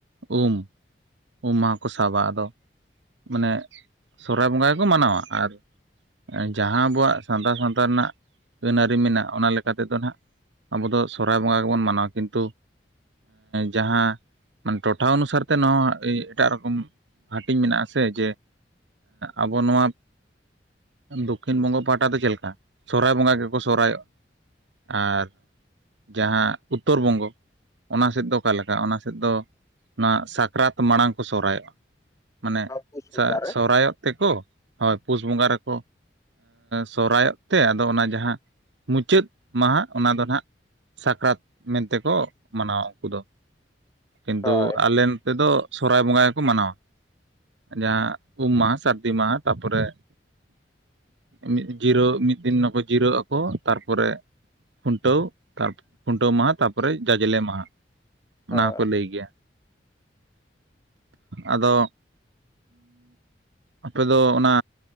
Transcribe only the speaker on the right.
ᱩᱢ ᱩᱢ ᱢᱟᱦᱟ ᱠᱚ ᱥᱟᱵᱟ ᱟᱫᱚ ᱢᱟᱱᱮ ᱥᱚᱦᱚᱨᱟᱭ ᱵᱚᱸᱜᱟ ᱜᱮᱠᱚ ᱢᱟᱱᱟᱣᱟ ᱟᱨ ᱡᱟᱦᱟᱸ ᱟᱵᱚᱣᱟᱜ ᱥᱟᱱᱛᱟᱲ ᱥᱟᱶᱛᱟ ᱨᱮᱱᱟᱜ ᱟᱹᱱ ᱟᱹᱨᱤ ᱢᱮᱱᱟᱜᱼᱟ ᱚᱱᱟ ᱞᱮᱠᱟ ᱛᱮᱫᱚ ᱦᱟᱸᱜ ᱟᱵᱚ ᱫᱚ ᱥᱚᱦᱨᱟᱭ ᱵᱚᱸᱜᱟ ᱜᱮᱵᱚᱱ ᱢᱟᱱᱟᱣᱟ ᱠᱤᱱᱛᱩ ᱡᱟᱦᱟᱸ ᱴᱚᱴᱷᱟ ᱚᱱᱩᱥᱟᱨ ᱛᱮ ᱱᱚᱣᱟ ᱮᱭ ᱮᱴᱟᱜ ᱨᱚᱠᱚᱢ ᱦᱟᱹᱴᱤᱧ ᱢᱮᱱᱟᱜ ᱥᱮ ᱡᱮ ᱟᱵᱚ ᱱᱚᱣᱟ ᱫᱚᱠᱷᱤᱱ ᱵᱚᱝᱜᱚ ᱯᱟᱦᱟᱴᱟ ᱫᱚ ᱪᱮᱫ ᱞᱮᱠᱟ ᱥᱚᱦᱚᱨᱟᱭ ᱵᱚᱸᱜᱟ ᱜᱮᱠᱚ ᱥᱚᱦᱨᱟᱭᱚᱜᱼᱟ ᱟᱨ ᱡᱟᱦᱟᱸ ᱩᱛᱛᱚᱨ ᱵᱚᱝᱜᱚ ᱚᱱᱟ ᱥᱮᱫ ᱫᱚ ᱚᱠᱟ ᱞᱮᱠᱟ ᱚᱱᱟ ᱥᱮᱫ ᱫᱚ ᱚᱱᱟ ᱥᱟᱠᱨᱟᱛ ᱢᱟᱲᱟᱝ ᱠᱚ ᱥᱚᱦᱨᱟᱭᱚᱜᱼᱟ ᱢᱟᱱᱮ
ᱥᱚᱦᱨᱟᱭᱚᱜ ᱛᱮᱠᱚ ᱦᱳᱭ ᱯᱩᱥ ᱵᱚᱸᱜᱟ ᱨᱮᱠᱚ ᱥᱚᱨᱦᱟᱭᱚᱜ ᱛᱮ ᱟᱫᱚ ᱚᱱᱟ ᱡᱟᱦᱟᱸ ᱢᱩᱪᱟᱹᱫ ᱢᱟᱦᱟ ᱚᱱᱟ ᱫᱚ ᱱᱟᱦᱟᱜ ᱥᱟᱠᱨᱟᱛ ᱢᱮᱱᱛᱮ ᱠᱚ ᱢᱟᱱᱟᱣᱟ ᱩᱱᱠᱩ ᱫᱚ ᱠᱤᱱᱛᱩ
ᱟᱞᱮ ᱱᱚᱛᱮ ᱫᱚ ᱥᱚᱨᱦᱟᱭ ᱵᱚᱸᱜᱟ ᱜᱮᱠᱚ ᱢᱟᱱᱟᱣᱟ᱾ ᱡᱟᱦᱟᱸ ᱩᱢ ᱢᱟᱦᱟ, ᱥᱟᱹᱨᱫᱤ ᱢᱟᱦᱟ ᱛᱟᱯᱚᱨᱮ ᱢᱤᱫ ᱡᱤᱨᱟᱹ ᱢᱤᱫ ᱫᱤᱱ ᱢᱟᱠᱚ ᱡᱤᱨᱟᱹᱜ ᱟᱠᱚ ᱛᱟᱨᱯᱚᱨᱮ ᱠᱷᱩᱱᱴᱟᱹᱣ ᱟᱨ ᱠᱷᱩᱱᱴᱟᱹᱣ ᱢᱟᱦᱟ ᱛᱟᱨᱯᱚᱨᱮ ᱡᱟᱡᱽᱞᱮ ᱢᱟᱦᱟ ᱚᱱᱟ
ᱦᱚᱸᱠᱚ ᱞᱟᱹᱭ ᱜᱮᱭᱟ ᱟᱫᱚ ᱟᱯᱮ ᱫᱚ ᱚᱱᱟ